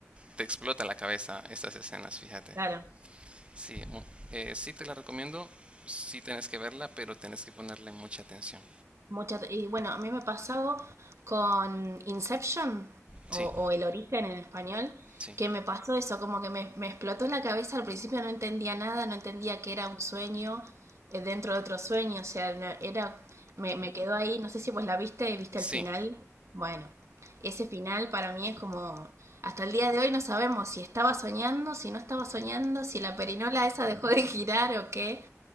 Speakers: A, on the right; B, on the right.
A: te explota la cabeza estas escenas, fíjate.
B: Claro.
A: Sí, mu- eh, sí te la recomiendo, sí tienes que verla, pero tienes que ponerle mucha atención.
B: Mucha, y bueno, a mí me pasó con Inception,
A: Sí,
B: o, o El Origen en español,
A: sí,
B: que me pasó eso, como que me, me explotó la cabeza al principio, no entendía nada, no entendía que era un sueño eh, dentro de otro sueño, o sea, no- era, me, me quedó ahí, no sé si vos la viste, viste
A: sí,
B: el final, bueno, ese final para mí es como, hasta el día de hoy no sabemos si estaba soñando, si no estaba soñando, si la perinola esa dejó de girar o qué,